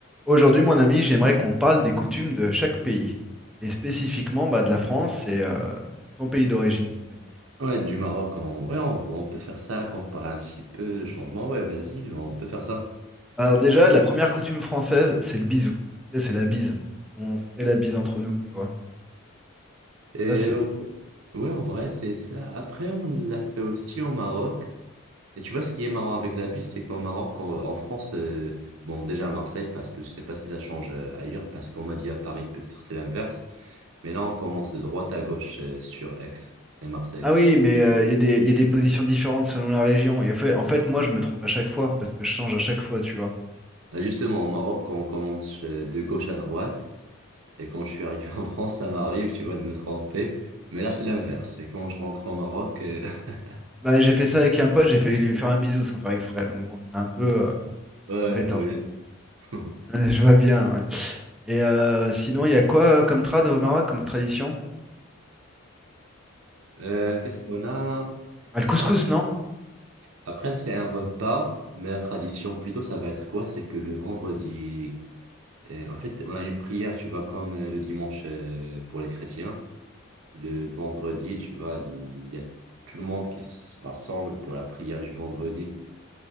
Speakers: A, in the centre; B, on the right (about 75°).
A: Aujourd'hui, mon ami, j'aimerais qu'on parle des coutumes de chaque pays, et spécifiquement bah, de la France et euh, de ton pays d'origine, si ça te dit.
B: Ouais, du Maroc, on... Ouais, on, on peut faire ça, comparer un petit peu le changement. Ouais, vas-y, on peut faire ça.
A: Alors déjà, la première coutume française, c'est le bisou. Tu sais, C'est la bise. On fait la bise entre nous, tu vois.
B: Et
A: Ça, c'est...
B: euh, ouais, en vrai, c'est ça. Après, on l'a fait aussi au Maroc. Et tu vois, ce qui est marrant avec la bus, c'est qu'au Maroc, en en France, euh, bon, déjà à Marseille, parce que je sais pas si ça change euh, ailleurs, parce qu'on m'a dit à Paris, peut-être c'est l'inverse. Mais là, on commence de droite à gauche euh, sur Aix et Marseille.
A: Ah oui, mais euh, il y a des, il y a des positions différentes selon la région. Et en fait, en fait, moi, je me trompe à chaque fois, parce que je change à chaque fois, tu vois.
B: Là, justement, au Maroc, on commence euh, de gauche à droite. Et quand je suis arrivé en France, ça m'arrive, tu vois, de me tromper. Mais là, c'est l'inverse. Et quand je rentre au Maroc, euh, <laughs>
A: Bah, j'ai fait ça avec un pote, j'ai failli lui faire un bisou sans faire exprès, donc bon, c'était un peu euh,
B: ouais,
A: embêtant.
B: je vois bien. <laughs>
A: <laughs> Je vois bien, ouais. Et euh, sinon, il y a quoi euh, comme trad au Maroc, comme tradition?
B: Euh,
A: Enfin,
B: qu'est-ce qu'on a?
A: Ah, le couscous,
B: Bah, en fait,
A: non?
B: après, ça, c'est un repas, mais la tradition, plutôt, ça va être quoi? C'est que le vendredi, euh, en fait, on a une prière, tu vois, comme euh, le dimanche euh, pour les chrétiens. Le vendredi, tu vois, il y a tout le monde qui se rassemble pour la prière du vendredi.